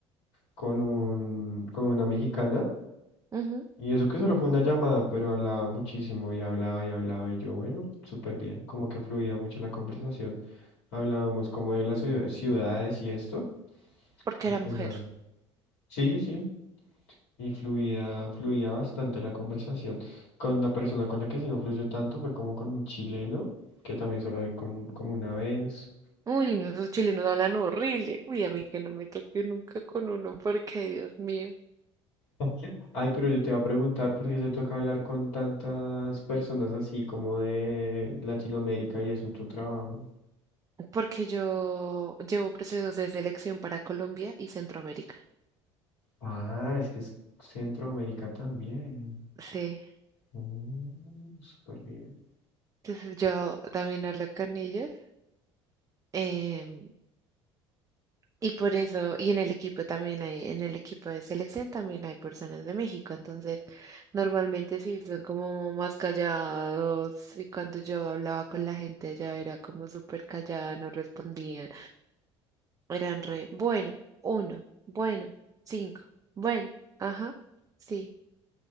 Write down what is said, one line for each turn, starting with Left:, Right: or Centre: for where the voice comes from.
Left: con un, con una mexicana,
Right: Ujú,
Left: y eso que solo fue una llamada, pero hablaba muchísimo y hablaba y hablaba y yo, bueno, súper bien, como que fluía mucho la conversación. Hablábamos como de las ciudad- ciudades y esto,
Right: porque
Left: y
Right: era
Left: pues
Right: mujer.
Left: nada. Sí, sí. Y fluía, fluía bastante la conversación. Con la persona con la que sí no fluyó tanto fue como con un chileno, que también solo hablé con, como una vez.
Right: Uy, no, esos chilenos hablan horrible. Uy, a mí que no me toque nunca con uno, porque Dios mío.
Left: <laughs> Ay, pero yo te iba a preguntar por qué te toca hablar con tantas personas así como de Latinoamérica y eso en tu trabajo.
Right: porque yo llevo procesos de selección para Colombia y Centroamérica.
Left: Ah, es que es Centroamérica también.
Right: Sí,
Left: Mm, súper bien.
Right: entonces yo también hablo con ellos. em, y por eso, y en el equipo también hay, en el equipo de selección también hay personas de México, entonces normalmente sí son como más callados y cuando yo hablaba con la gente allá era como súper callada, no respondían, eran re, bueno, uno, bueno, cinco, bueno, ajá, sí,